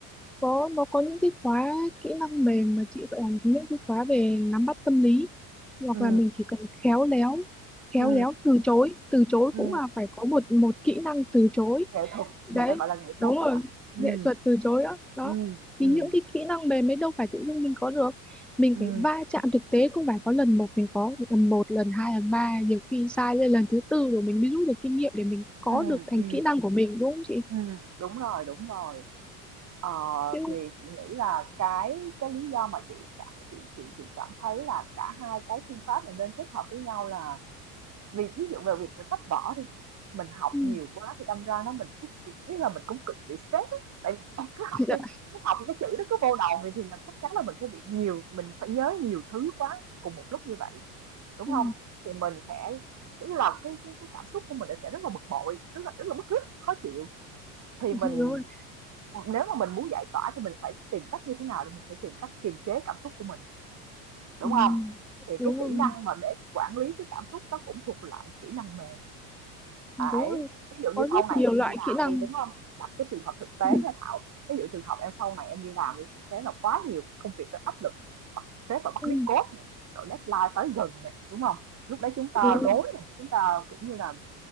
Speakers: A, in the centre; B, on the right.
A: có nó có những cái khóa kỹ năng mềm mà chị gọi là những cái khóa về nắm bắt tâm lý hoặc
B: ừ
A: là mình chỉ cần khéo léo
B: ừ
A: khéo léo từ chối từ chối
B: ừ
A: cũng là phải có một một kỹ năng từ chối
B: Nghệ thuật, người
A: đấy
B: ta gọi là nghệ
A: đúng
B: thuật
A: rồi
B: đó Thảo. ừ
A: nghệ thuật từ chối đó đó
B: Ừ,
A: thì
B: ừ,
A: những cái kỹ năng mềm ấy đâu phải tự dưng mình có được mình
B: ừ,
A: phải va chạm thực tế không phải có lần một mình có lần một lần hai lần ba nhiều khi sai lên lần thứ tư rồi mình mới rút được kinh nghiệm để mình có
B: ừ,
A: được thành
B: ừ,
A: kỹ năng của mình đúng không chị
B: ừm, đúng rồi, đúng rồi. Ờ,
A: chứ
B: thì chị nghĩ là cái cái lý do mà chị cả- chị chị chị cảm thấy là cả hai cái phương pháp này nên kết hợp với nhau là vì ví dụ về việc về sách vở đi mình học
A: ừ,
B: nhiều quá thì đâm ra nó mình cái cái biết là mình cũng cực bị stress á tại vì em cứ học
A: chị đã-
B: đi cứ học cái chữ đó cứ vô đầu vậy thì là chắc chắn là mình sẽ bị nhiều mình phải nhớ nhiều thứ quá cùng một lúc như vậy đúng
A: ừ,
B: không thì mình sẽ cái là cái cái cái cảm xúc của mình sẽ rất là bực bội rất là rất là bức rứt khó chịu thì
A: <laughs>
B: mình
A: đúng rồi
B: nếu mà mình muốn giải tỏa thì mình phải tìm cách như thế nào thì mình phải tìm cách kiềm chế cảm xúc của mình đúng
A: ừ,
B: không thì
A: đúng
B: cái
A: rồi
B: kỹ năng mà để quản lý cái cảm xúc đó cũng thuộc loại kỹ năng mềm
A: đúng
B: Đấy,
A: rồi
B: ví dụ như
A: có rất
B: sau này
A: nhiều
B: em
A: loại
B: đi làm
A: kỹ năng
B: đi đúng không? Đặt cái trường hợp thực tế
A: ừ,
B: nha Thảo. Ví dụ trường hợp em sau này em đi làm đi, thực tế là quá nhiều công việc nó áp lực, bắt sếp và bắt
A: ừ,
B: viết code này, rồi deadline tới gần này, đúng không? Lúc đấy chúng ta
A: đúng
B: rối
A: rồi.
B: rồi, chúng ta kiểu như là